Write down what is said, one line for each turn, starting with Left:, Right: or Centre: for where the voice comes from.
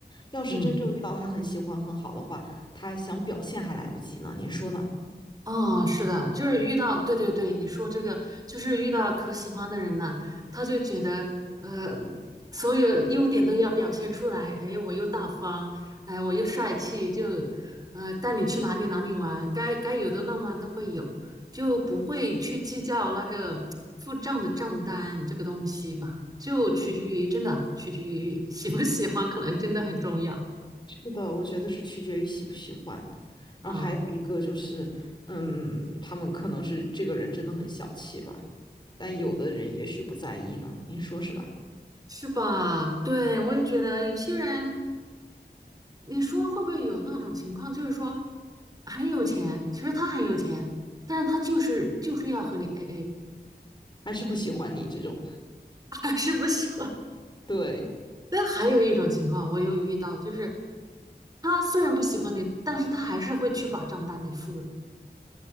Left: 要是真正遇到他很喜欢很好的话，
Right: 嗯，
Left: 他想表现还来不及呢。您说呢？
Right: 哦，是的，就是遇到，对对对，你说这个就是遇到可喜欢的人呢，他就觉得呃，所有优点都要表现出来，哎，我又大方，哎，我又帅气，就呃，带你去哪里哪里玩，该该有的浪漫都会有，就不会去计较那个付账的账单这个东西吧，就取决于真的取决于喜不喜欢，可能真的很重要。
Left: 是的，我觉得是取决于喜不喜欢。
Right: 嗯，
Left: 然后还有一个就是，嗯，他们可能是这个人真的很小气吧，但有的人也许不在意呢。您说是吧？
Right: 是吧？对，我也觉得有些人。你说会不会有那种情况，就是说很有钱，其实他很有钱，但是他就是就是要和你 AA，
Left: 还是不喜欢你这种？
Right: <laughs> 还是不喜欢。
Left: 对。
Right: 但还有一种情况，我有遇到，就是他虽然不喜欢你，但是他还是会去把账单给付了。